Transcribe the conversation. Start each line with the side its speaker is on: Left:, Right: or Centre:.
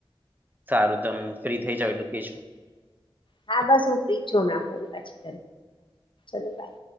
Right: સારું તમે ફ્રી થઇ જાાવ એટલે કેજો.
Left: હા બસ હું ફ્રીજ છું હમણાં ફોન પછી ચલો બાય.